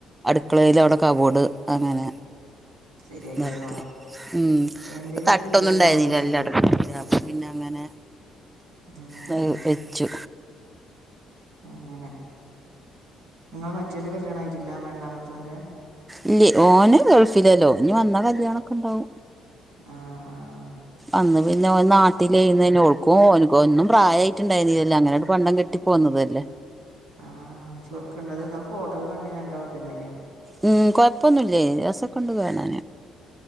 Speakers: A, on the right (about 15°); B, on the right (about 70°).
A: അടുക്കളെല് അവിടെ കവോട് അങ്ങനെ
B: ശരിയാക്കിയതോ
A: തായിറ്റ് ഉം
B: എന്തേലും
A: തട്ടൊന്നും
B: കൂടിയ ഉണ്ടാവുകയൊക്കെ
A: ഇണ്ടായിരുന്നില്ല
B: ചെയ്യും
A: എല്ലാ <inaudible> അപ്പ പിന്നെ അങ്ങനെ
B: ആ
A: വെ
B: ആ
A: വെച്ചു.
B: അങ്ങനെ. ഇങ്ങളെ മറ്റേന്റെ കല്യാണം ആയിട്ടില്ല രണ്ടാമത്തോന്റെ.
A: ഇല്ലെ. ഓന് ഗൾഫിലല്ലോ. ഇഞ്ഞ് വന്നാ കല്യാണൊക്കെണ്ടാവും.
B: ആഹ് ആഹ്
A: അന്ന് പിന്നെ ഓൻ നാട്ടില്യ ന്നെഓൾക്കുംഓ ഒന്നും പ്രായമായിട്ട് ഇണ്ടാരുന്നില്ല അങ്ങനെ ണ്ട്‌ പണ്ടം കെട്ടി പോന്നതല്ലേ
B: ആഹ് ആ ചുറുക്കുണ്ടത് ഇന്നാൽ ഫോട്ടോക്കെ കണ്ടിരുന്നു രണ്ടാളും ഒരെ മാരിയാ
A: ഉം. കൊഴപ്പൊന്നുല്ലേ. രസക്കണ്ട് കാണാന്.